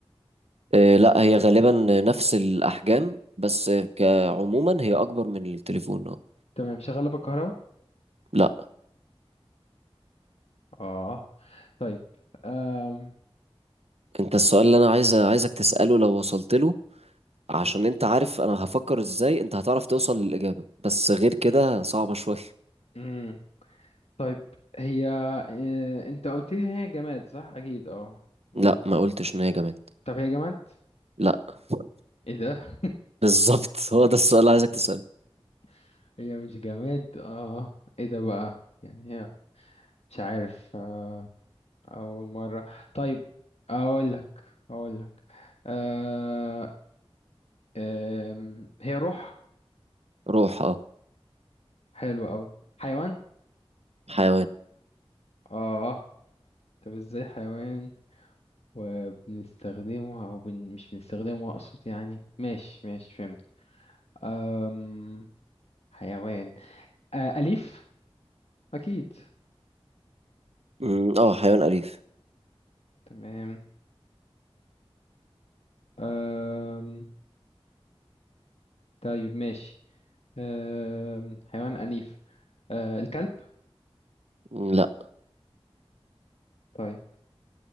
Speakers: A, on the right (about 80°); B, on the left (about 80°).
A: آه، لا هي غالبا نفس الأحجام بس كعموما هي أكبر من التليفون اه
B: تمام شغالة بالكهرباء
A: لا
B: اه طيب آم...
A: أنت السؤال اللي أنا عايز عايزك تسأله لو وصلت له عشان أنت عارف أنا هفكر إزاي أنت هتعرف توصل للإجابة بس غير كده صعبة شوية
B: ايوه طيب هي إيه... انت قلت لي ان هي جماد صح اكيد اه اه
A: لا ما قلتش إن هي جماد
B: طب هي جماد
A: لا <laughs>
B: ايه ده
A: بالظبط هو ده السؤال اللي عايزك تسأله
B: <laughs> هي مش جماد اه ايه ده بقى يعني هي مش عارف آه. اول مرة طيب اقول لك اقول لك آه... آم، هي روح
A: روح اه
B: حلو قوي حيوان
A: حيوان
B: اه طب ازاي حيوان وبنستخدمه او بن... مش بنستخدمه اقصد يعني ماشي ماشي فهمت أم... حيوان آه أليف أكيد
A: أمم، اه حيوان أليف
B: تمام آم... طيب ماشي آم... حيوان أليف آه الكلب
A: أمم، لا
B: طيب